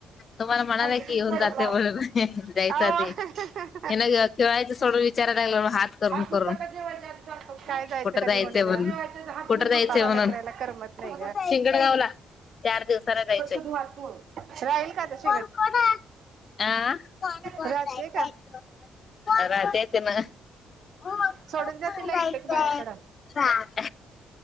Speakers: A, on the left (about 45°); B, on the right (about 65°).
A: तुम्हाला म्हणाला
B: थांब किती
A: की येऊन
B: वेळेस
A: जाते
B: बाजार
A: मम्हणून
B: खा.
A: ह ह ह जायच्या
B: आव.
A: आधी ह्यान खेळायचं सोडून विचारायला लागलं हात करून
B: धुतला
A: करून
B: का जेवायच्या आधी सारखं खा. काय
A: कुठ
B: कधी
A: जायचं
B: जेवायच्या
A: म्हणून
B: बाप
A: कुठं जायचंय म्हणून
B: लेकराला करमत नाही
A: शिंगडगावला चार दिवसाला जायचंय.
B: ग राहील का <unintelligible>
A: कोण कोण हाय आ कोण कोण
B: राहते
A: जायचं
B: का
A: ना कोणकोण
B: सोडून जाते लाईटच
A: जायचं
B: माझ्याकडं
A: सांग?